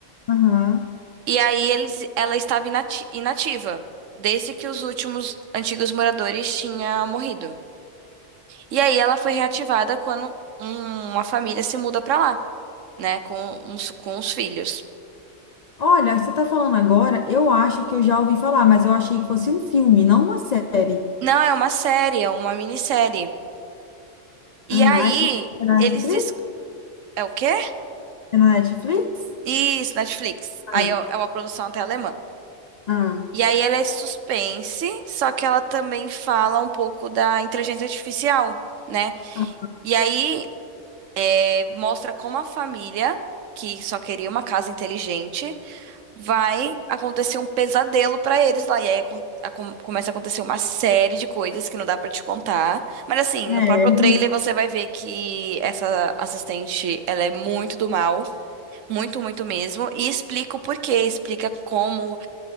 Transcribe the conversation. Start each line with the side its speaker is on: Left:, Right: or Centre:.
Left: aham.
Right: E aí, eles, ela estava inati- inativa, desde que os últimos antigos moradores tinham morrido. E aí, ela foi reativada quando um- uma família se muda pra lá, né? Com, os- com os filhos.
Left: Olha, você tá falando agora, eu acho que eu já ouvi falar, mas eu achei que fosse um filme, não uma série.
Right: Não, é uma série, é uma minissérie. E
Left: Ah,
Right: aí,
Left: aí- é na
Right: eles...
Left: Netflix?
Right: dis- É o quê?
Left: É na Netflix?
Right: Isso, Netflix.
Left: Ah,
Right: Aí é é uma produção até alemã.
Left: ah,
Right: E aí ela é suspense, só que ela também fala um pouco da inteligência artificial, né?
Left: ah.
Right: E aí é, mostra como a família, que só queria uma casa inteligente, vai acontecer um pesadelo pra eles lá. E aí acon- acon- começa a acontecer uma série de coisas que não dá pra te contar. Mas assim, no
Left: É,
Right: próprio trailer você vai ver que essa assistente, ela é muito do mal. Muito, muito mesmo. E explica o porquê, explica como